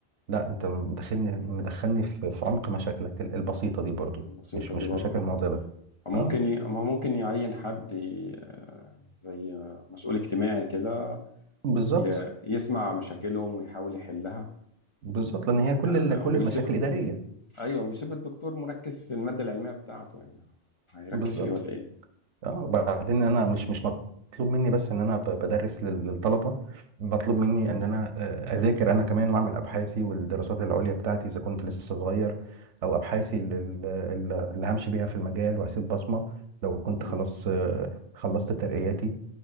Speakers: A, on the right (about 85°); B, on the left (about 40°).
A: لا انت مدخلني مدخلني في... في عمق مشاكلك ال- البسيطة دي برضو
B: بسيطة
A: مش
B: دي
A: مش
B: برضه
A: مشاكل
B: اه
A: معضلة
B: أو ممكن
A: اه
B: ي... ما ممكن يعين حد ي... آه، زي مسؤول اجتماعي كده
A: بالظبط
B: ي... يسمع مشاكلهم ويحاول يحلها
A: بالظبط لان هي كل
B: آه،
A: ال... كل
B: ويسيب
A: المشاكل إدارية
B: أيوه ويسيب الدكتور مركز في المادة العلمية بتاعته يعني هيركز
A: بالظبط
B: فيه ولا إيه
A: اه بعدين انا مش مش مطلوب مني بس ان انا ب- بدرس لل- للطلبه مطلوب مني ان انا آه، اذاكر انا كمان واعمل ابحاثي والدراسات العليا بتاعتي اذا كنت لسه صغير او ابحاثي
B: مم.
A: ال- ال- ال- اللي همشي بيها في المجال وهسيب بصمه لو كنت
B: تمام.
A: خلاص آه، خلصت ترقياتي